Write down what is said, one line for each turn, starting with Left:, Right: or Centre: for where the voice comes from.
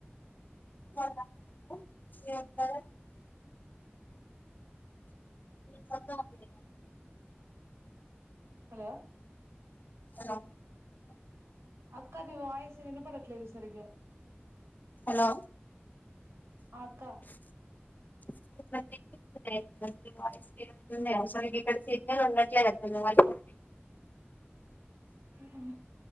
Left: ఎ <inaudible> సంతా అ <inaudible>
Right: హలో
Left: హలో
Right: అక్క నీ వాయిసు వినపడట్లేదు సరిగ్గా
Left: హలో
Right: ఆక్క
Left: <unintelligible> మక్కడ సట్ ఉన్నట్లా <unintelligible>
Right: హ్మ్మ్